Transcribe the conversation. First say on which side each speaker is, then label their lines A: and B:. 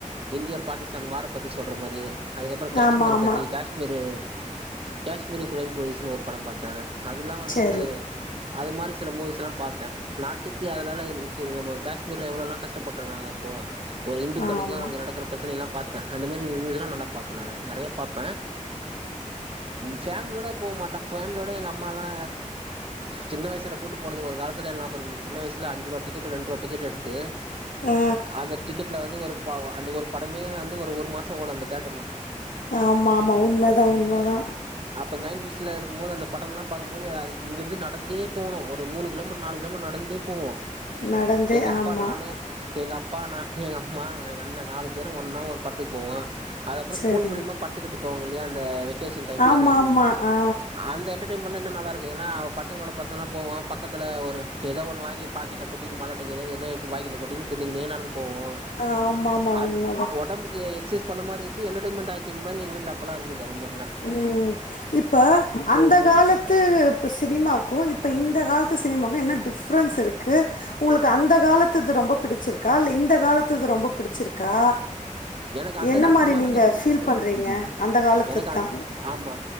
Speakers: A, on the right (about 45°); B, on the left (about 90°).
A: இந்தியா பாகிஸ்தான் வார பத்தி சொல்ற மாரி அதுக்கப்புற கேஷ்மீர
B: ஆமாம் ஆமாம்
A: பத்தி கேஷ் மிரு காஷ்மிரு க்ரைம் ஸ்டோரிஸ்ன் ஒரு படம் பாத்த அதுல்லா வந்துந்த
B: சரி
A: அதுமாரி சில மூவிஸ்யெல்லா பாத்த நாட்டுக்கு அதுலால இ இத்து நம்ம ஒரு காஷ்மீரில் எவ்ளோல்லா கஷ்டப்பட்ருக்காங்கப் போ ஒரு இந்துக்களுக்கு
B: ஆமாம்
A: அங்க நடக் குற ப்ரச்சனையல்லா பாத்த அந்த மாரி இருந்துச்சுன்னா நல்லா பாப்ப நானு நெறைய பாப்ப அ ஃபேமிலியோட போமாட்ட ஃபேமிலியோட எங்கம்மால்லா சின்ன வய்சுல கூட்டுப்போனது ஒரு காலத்துல எல்ஞாபருக்குது சின்ன வய்சுல அஞ்சுருவா டிக்கெட்டு ரெண்ட்ருவா டிக்கெட்டடுத்து
B: ஆ
A: அந்த டிக்கெட்ல வந்து ஒரு பாவு அந்த ஒரு படமே வந்து ஒரு ஒரு மாசொ ஓடூ அந்த தேட்டருல்ல
B: ஆம்மஆம்மா உண்மதா உண்மதா
A: அப்ப நைன்டிஸ்லருக்கும்மோது அந்த படல்லா பாக்கும்போது இங்கர்ந்து நடந்தே போனு ஒரு மூனு கிலோமீட்ரு நாலு கிலோமீட்ரு நடந்தே போவு
B: நடந்தே
A: எங்கப்பா
B: ஆமாம்
A: நானு எங்கப்பா நானு எங்கம்மா எங்கண்ண நாலு பேரும் ஒன்னா ஒரு படத்துக்கு போவோ அது அப்புற
B: சரி
A: ஸ்கூல் மூலிமா படத்துக்கிட்டு போவங்கில்லியா அந்த வெக்கேஷன் டைம்ல
B: ஆமாம் ஆமாம் ஆ
A: அந்த என்டர் டன்டைம்ல இன்னு நல்லாருக்கு எனா பசங்களோட பசங்களா போவோ பக்கத்துல ஒரு எதோ ஒண்ணு வாங்கி பாக்கெட்ல கொட்டிகினு மல்லாட்டுக்கிற எதோ எடுத்து வாய்க்குல கொட்டிகினு தின்னுக்கினே நடந்து போவோ
B: அ ஆமாமா
A: அது
B: உண்ம
A: ஒடம்புக்கு எக்சைஸ் பண்ண மாரியாச்சு என்டடெய்ன்மென்டாச்சு இநத மாரி எங்க வீட்ல அப்பல்லாருந்துது அதுமார்ல்லா
B: ம் இப்ப அந்த காலத் த்து இப்ப சினிமாக்கும் இப்ப இந்த காலத்து சினிமாக்கும் என்ன டிஃப்ரென்ஸ் இருக்கு உங்களுக்கு அந்த காலத்துது ரொம்ப பிடிச்சிருக்கா இல்ல இந்த காலத்துது ரொம்ப பிடிச்சிருக்கா
A: எனக்கு அந்த
B: என்ன
A: கால
B: மாரி
A: சினிமா
B: நீங்க
A: தாங்க ரொம்ப
B: ஃபீல்
A: புடிக்கு
B: பண்றீங்க அந்த காலத்து
A: எனக்கு அந்
B: தான்
A: ஆமா